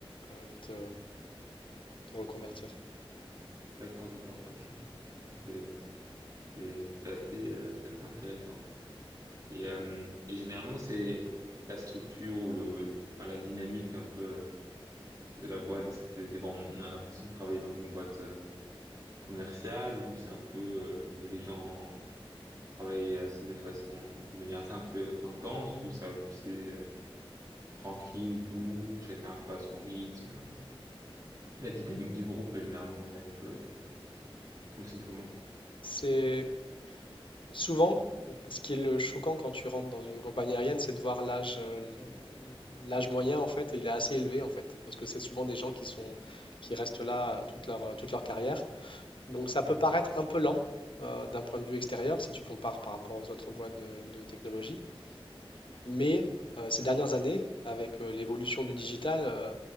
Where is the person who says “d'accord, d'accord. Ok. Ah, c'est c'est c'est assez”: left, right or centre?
Right